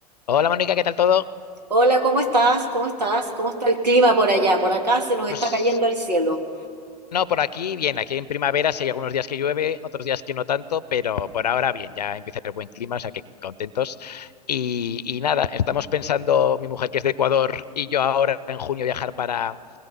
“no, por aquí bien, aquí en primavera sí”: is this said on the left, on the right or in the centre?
Left